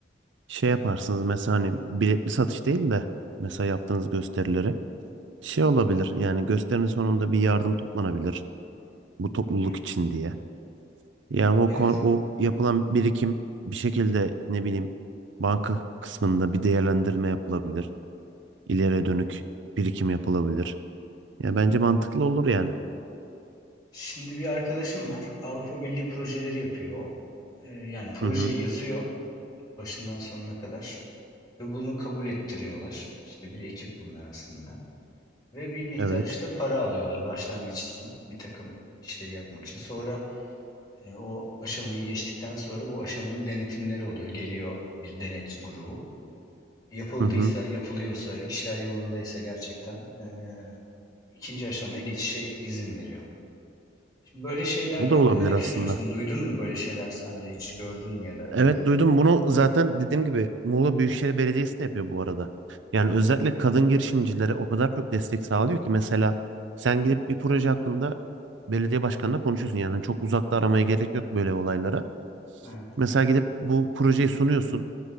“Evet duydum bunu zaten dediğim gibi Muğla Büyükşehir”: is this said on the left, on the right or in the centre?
Right